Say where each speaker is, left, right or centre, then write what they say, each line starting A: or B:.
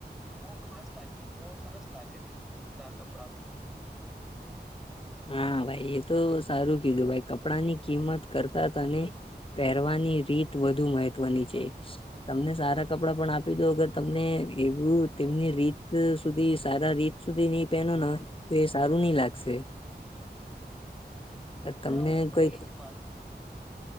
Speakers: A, in the centre; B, on the left.
A: બહુ ખાસ લાગી બહુ સરસ લાગે તું ત કપડામાં
B: હા ભાઈ એ તો સારું કીધું ભાઈ કપડા ની કિંમત કરતા તને પહેરવાની રીત વધુ મહત્વની છે તમને સારા કપડાં પણ આપી દો અગર તમને એવું તેમની રીત સુધી સારા રીત સુધી નહી પહેનો ના તો એ સારું નહ લાગશે છે તમને
A: હા હું પણ
B: કઈક
A: એજ માનું છું